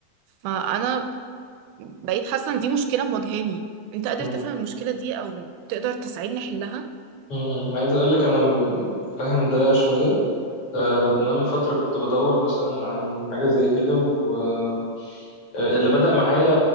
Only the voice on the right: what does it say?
فأنا بقيت حاسة إن دي مشكلة مواجهاني أنت قادر
تفهم المشكلة دي أو تقدر تساعدني أحلها؟